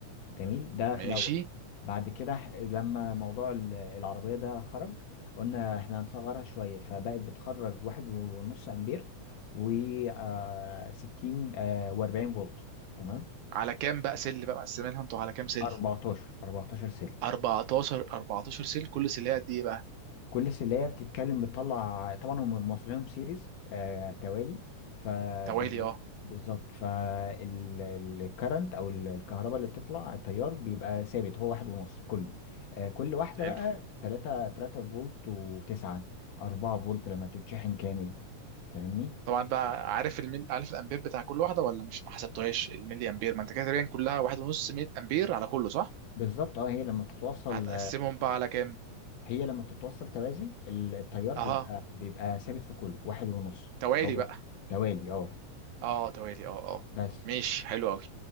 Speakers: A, on the left; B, on the right.
A: جميل ده
B: ماشي
A: في الاول بعد كده ح- لما موضوع ال- العربية ده خرج قلنا احنا هنصغرها شوية فبقت بتخرج واحد ونص امبير و آه، ستين آه واربعين فولت تمام
B: على كام بقى سل بقى مقسمينها انتوا على كام سل
A: 14 14 سلك
B: 14 14 سيل كل سيلها قد ايه بقى
A: كل سلية بتتكلم بتطلع طبعا هم موصلينهم سيريز آه توالي فبي
B: توالي اه
A: بالظبط فالكرنت او ال- الكهرباء اللي بتطلع التيار بيبقى ثابت هو واحد ونص في كله آه كل واحدة
B: حلو
A: بقى 3 3 فولت و9 4 فولت لما بتتشحن كامل فاهمني
B: طبعا بقى عارف الميل عارف الامبير بتاع كل واحده ولا مش ما حسبتهاش الملي امبير ما انت كده تقريبا كلها واحد ونص ميل امبير على كله صح
A: بالظبط اه هي لما بتتوصل
B: هتقسمهم بقى على كام
A: هي لما بتتوصل توازي ال- التيار
B: اها
A: بيبقى بيبقى ثابت في كله واحد ونص
B: توالي
A: هو
B: بقى
A: توالي اه
B: اه توالي اه اه
A: بس
B: ماشي حلو قوي